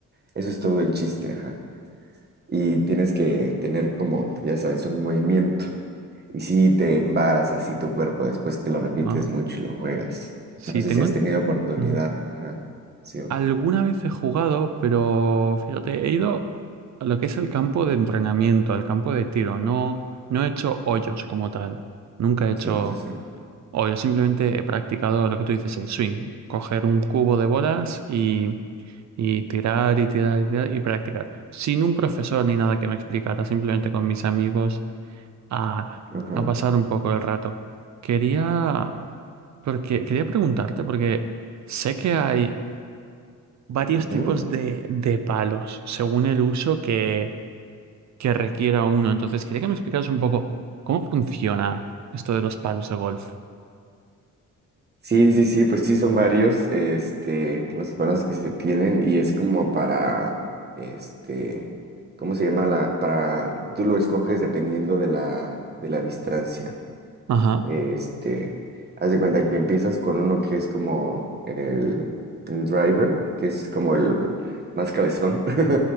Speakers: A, on the right; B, on the right.
A: Eso es todo el chiste, ajá y tienes que tener como, ya sabes, un movimiento. Y si te embaras así tu cuerpo después que lo repites
B: Ajá.
A: mucho y lo juegas.
B: Sí,
A: No sé
B: tengo...
A: si has tenido oportunidad.
B: ujú.
A: Ajá. Sí, o-
B: Alguna vez he jugado, pero fíjate, he ido a lo que es el campo de entrenamiento, al campo de tiro. No, no he hecho hoyos como tal. Nunca he hecho
A: sí, sí, sí.
B: hoyos, simplemente he practicado lo que tú dices, el swing. Coger un cubo de bolas y, y tirar y tirar y tirar y practicar. Sin un profesor ni nada que me explicara, simplemente con mis amigos a,
A: Ajá.
B: a pasar un poco el rato. Quería, porque, quería preguntarte, porque sé que hay varios
A: ujú.
B: tipos de, de palos según el uso que, que requiera uno. Entonces, quería que me explicaras un poco cómo funciona esto de los palos de golf.
A: Sí, sí, sí, pues sí son varios, este, los palos que se tienen y es como para, este, ¿cómo se llama la? Para, tú lo escoges dependiendo de la, de la distancia.
B: Ajá,
A: Este, haz de cuenta que empiezas con uno que es como el, el driver, que es como el más cabezón. <laughs>